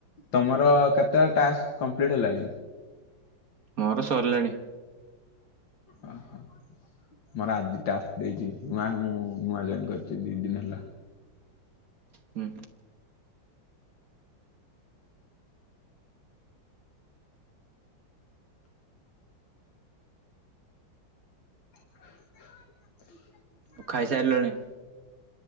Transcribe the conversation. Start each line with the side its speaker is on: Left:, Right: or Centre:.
Left: ତମର କେତେଟା ଟାକ୍ସ କମ୍ପ୍ଲିଟ ହେଲାଣି?
Right: ମୋର ସରିଲାଣି।
Left: ଓହୋ ମୋର ଆଜି ଟାସ୍ ଦେଇଚି ନା ମୁଁ ନୂଆ ଜଏନ୍ କରିଚି ଦି ଦିନ ହେଲା।
Right: ହୁଁ
Left: <unintelligible>
Right: ଆଉ ଖାଇସାରିଲଣି?